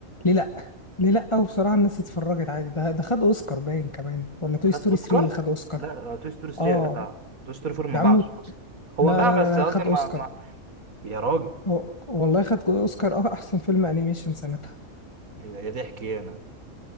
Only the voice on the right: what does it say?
خد
اوسكار
لا توي ستوري 3
يا جدع توي ستوري 4
ما باعش
اصلا هو
باع
بس
قصدي
ما
ما يا راجل
يا يا ضحك إيه انا